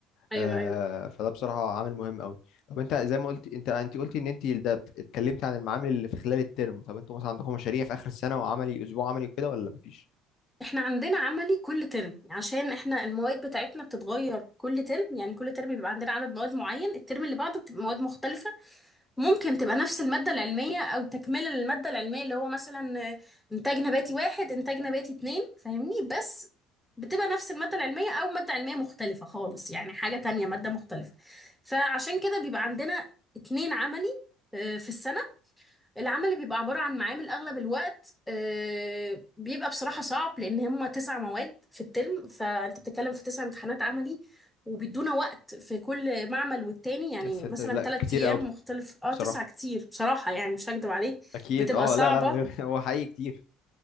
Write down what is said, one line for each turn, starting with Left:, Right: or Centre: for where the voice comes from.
Centre: ايوه
Left: آه
Centre: ايوه
Left: فده بصراحه عامل مهم قوي طب انت زي ما قلت انت انت قلتي ان انت ده بت- اتكلمتي عن المعامل اللي في خلال الترم طب انتوا مثلا عندكم مشاريع في اخر السنه وعملي اسبوع عملي وكده ولا مفيش
Centre: احنا عندنا عملي كل ترم عشان احنا المواد بتاعتنا بتتغير كل ترم يعني كل ترم بيبقى عندنا عدد مواد معين الترم اللي بعده بتبقى مواد مختلفة ممكن تبقى نفس المادة العلمية او تكملة للمادة العلمية اللي هو مثلا آه، انتاج نباتي واحد انتاج نباتي اتنين فاهمني بس بتبقى نفس المادة العلمية او مادة علمية مختلفة خالص يعني حاجة تانية مادة مختلفة فعشان كده بيبقى عندنا اتنين عملي آه، في السنة العمل اللي بيبقى عبارة عن معامل أغلب الوقت آه، بيبقى بصراحة صعب لأن هما تسع مواد في الترم فأنت بتتكلم في تسع امتحانات عملي وبيدونا وقت في كل معمل والتاني يعني
Left: يا ساتر
Centre: مثلا
Left: لا
Centre: تلات
Left: كتير
Centre: أيام
Left: قوي
Centre: مختلف اه
Left: بصراحه
Centre: تسعة كتير بصراحة يعني مش هكدب عليك
Left: اكيد
Centre: بتبقى
Left: اه
Centre: صعبة
Left: لا لا لا من غير <laughs> هو حقيقي كتير